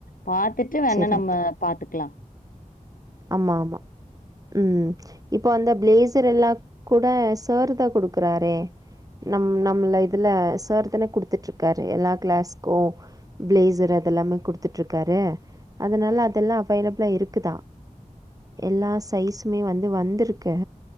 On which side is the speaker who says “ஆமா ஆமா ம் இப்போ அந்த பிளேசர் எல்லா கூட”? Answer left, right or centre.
Right